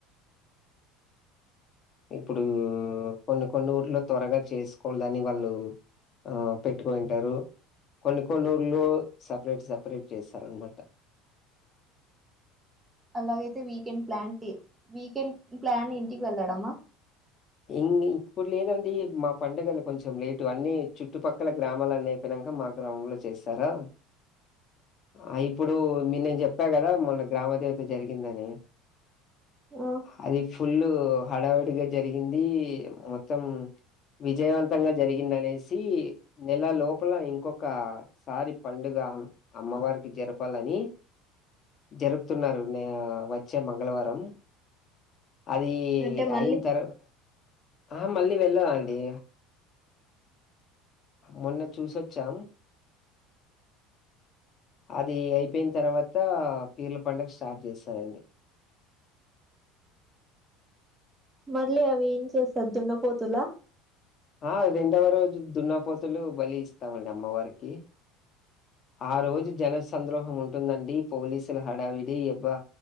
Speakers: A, on the left; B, on the right.
A: ఇప్పుడు కొన్ని కొన్ని ఊర్లో త్వరగా చేసుకోవలని వాళ్ళు ఆ పెట్టుకొనిటారు కొన్ని కొన్ని ఊళ్లో సపరేట్ సపరేట్ చేస్తారనమాట
B: అలాగైతే వీకెండ్ ప్లాంటి వీకెండ్ ప్లాన్ ఇంటికి వెళ్ళడమా
A: ఇ ఇప్పుడు లేదండి మా పండుగలు కొంచెం లేటు అన్ని చుట్టుపక్కల గ్రామాలన్న అయిపోయినా క మా గ్రామంలో చేస్తారా ఆ ఇప్పుడు మీ నేను చెప్పాకదా మొన్న గ్రామ దేవత జరిగిందని
B: ఆ
A: అది ఫుల్ హడావుడిగా జరిగింది మొత్తం విజయవంతంగా జరిగిందనేసి నెల లోపల ఇంకొక సారి పండుగ కా అమ్మవారికి జరపాలని జరుపుతున్నారు నే వచ్చే మంగళవారం అది
B: అంటే మళ్ళీ
A: అయిన తర్వా ఆ మళ్ళీ వెళ్ళామండి మొన్న చూసొచ్చాం అది అయిపోయిన తర్వాత పీర్ల పండుగ స్టార్ట్ చేస్తారండి <inaudible>
B: మళ్లీ అవి ఏం చేస్త దున్నపోతులా
A: ఆ రెండవ రోజు దున్నపోతులు బలి ఇస్తామండి అమ్మవారికి ఆ రోజు జన సంద్రోహం ఉంటుందండి పోలీసుల హడావిడి అబ్బా